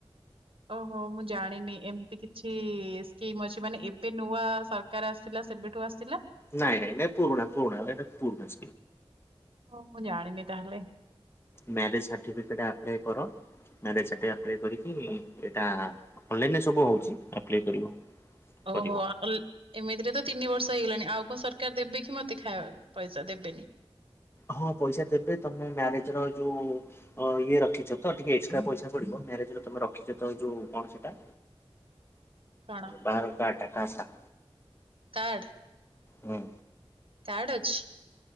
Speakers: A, on the right; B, on the left.
A: ଓହୋ ମୁଁ ଜାଣିନି। ଏମିତି କିଛି ସ୍କିମ୍ ଅଛି ମାନେ ଏବେ ନୂଆ ସାର କାର ଆସିଲା ସେବେଠୁ ଆସି
B: ନାଇଁ ନାଇ ନାଇଁ ପୁରୁଣା ପୂରୁଣା ଏଟା ପୂରୁଣା
A: ଓ ମୁଁ ଜାଣିନି ତାହେଲେ।
B: ମ୍ୟାରେଜ୍ ସାର୍ଟିଫିକେଟ ଆପ୍ଲାଏ କର। ମ୍ୟାରେଜ ସାର୍ଟିଫିକେଟ ଆପ୍ଲାଏ କରି ଅଟା ଅର୍ଲନାଇଁନ ସବୁ ହୋଉଛି। ଅପ୍ପଳାଏ କରିବ।
A: ଓହୋ
B: କରିବ
A: ଅଲ ଏମିତିରେ ତ ତିନି ବର୍ଷ ହେଇଗଲାଣି ଆଉ କଣ ସରକାର ଦେବେ କି ମତେ ଖାଇବା ପଇସା ଦେବେନି।
B: ହଁ ପଇସା ଦେବେ ତମେ ମ୍ୟାରେଜ ର ଯୋଉ ହ ଇଏ ରଖିଛ ତ ଟିକେ ଏକ୍ସଟା ପଇସା ପଡିବ ମ୍ୟାରେଜରେ ତମେ ରଖିଛ ତ ଯୋଉ କଣ ସେଟା
A: କଣ?
B: ବାହା ଘର କାଟ ଟା କାଷ୍ଟ ଟା।
A: କାଡ଼।
B: ହୁଁ।
A: କାଡ ଅଛି।